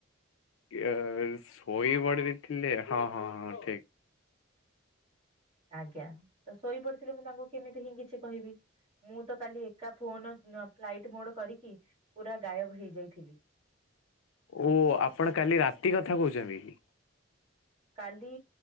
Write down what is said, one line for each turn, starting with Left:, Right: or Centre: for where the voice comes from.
Left: ଇଏ ଶୋଇପଡ଼ି ବି ଥିଲେ ହଁ-ହଁ-ହଁ ଠିକ୍।
Right: ଆଜ୍ଞା, ତ ଶୋଇପଡିଥିଲେ ମୁଁ ତାଙ୍କୁ କେମିତି ହିଁ କିଛି କହିବି। ମୁଁ ତ କାଲି ଏକା ଫୋନ ଫ୍ଲାଇଟ ମୋଡ୍ କରିକି ପୁରା ଗାୟବ ହେଇଯାଇଥିଲି।
Left: ଓ ଆପଣ କାଲି ରାତି କଥା କହୁଛନ୍ତି କି?
Right: କାଲି